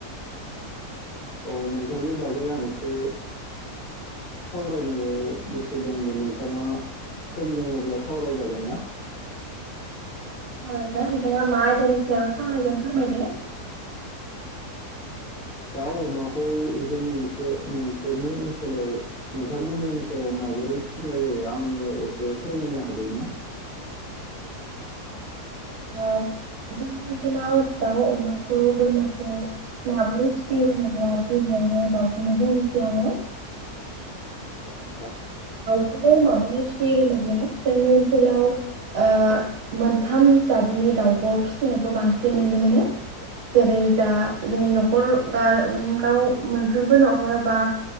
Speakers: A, on the left; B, on the right.
A: अ नोंथांनि बागै आं एसे सावरायनो गोसो दंमोन नोंथाङा सम दङब्ला सावराय जागोन ना?
B: अ नोंथां नोंथांआ मा आयदानि सावाय सावरागोन फोरमायदो।
A: दाउ, अमाखौ जों मोनसे नोंसोरनि ओनसोलाव नोंथांमोननि ओनसोलाव माबोरै फिनाय जायो आंनो एसे फोरमायनो हागोन ना?
B: ओ जोंनि ओनसोलाव दाउ, अमाखौ बोरमाखौ माबोरै फिसियो होनोब्ला गिबियावनो दाउखौनो बुंनोसै आङो।
A: औ नोंथां।
B: खौबो माबोरै फिसियो होनोब्ला जोंनि ओनसोलाव ओ मोन्थाम जादनि दाउखौ फिसिनायखौ बांसिन नुनो मोनो। जेरै जा जोंनि नखर बा गाव मोनफ्रोमबो नखराव ओ बा